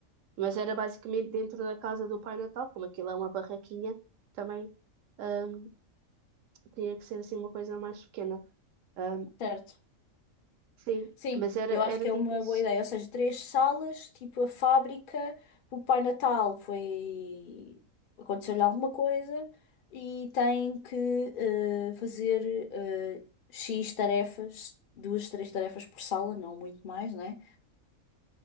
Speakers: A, on the right (about 70°); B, on the left (about 55°).
A: Mas era basicamente dentro da casa do Pai Natal, como aquilo é uma barraquinha, também ahm, tinha que ser assim uma coisa mais pequena. Ahm,
B: Certo.
A: sim,
B: Sim,
A: mas era,
B: eu acho
A: era
B: que é
A: tipo
B: uma
A: isso.
B: boa ideia. Ou seja, três salas, tipo a fábrica, o Pai Natal foi. Aconteceu-lhe alguma coisa e tem que eh, fazer eh, X tarefas, duas, três tarefas por sala, não muito mais, né?